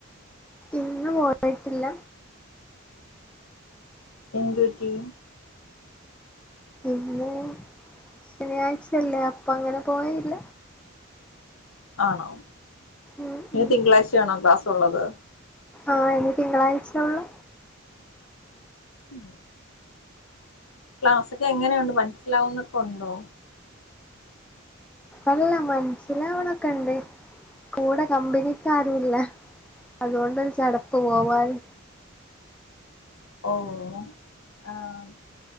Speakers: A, in the centre; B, on the left.
A: ഇന്ന് പോയിട്ടില്ല
B: എന്ത്പറ്റി
A: ഇന്ന് ശനിയാഴ്ചയല്ലേ അപ്പം അങ്ങനെ പോയില്ല,
B: ആണോ
A: ഉം
B: ഇനി
A: ഉം
B: തിങ്കളാഴ്ചയാണോ ക്ലാസ് ഉള്ളത്.
A: ആഹ ഇനി തിങ്കളാഴ്ചയൊള്ളു
B: ഉം ക്ലാസ്സൊക്കെ എങ്ങനെയുണ്ട് മനസ്സിലാവുന്നൊക്കെ ഉണ്ടോ?
A: അല്ല മനസ്സിലാവണൊക്കെ ഇണ്ട് കൂടെ കമ്പനിക്കാരൂല്ല അതുകൊണ്ട് ഒരു ചടപ്പ് പോവാന്
B: ഓഹ ആഹ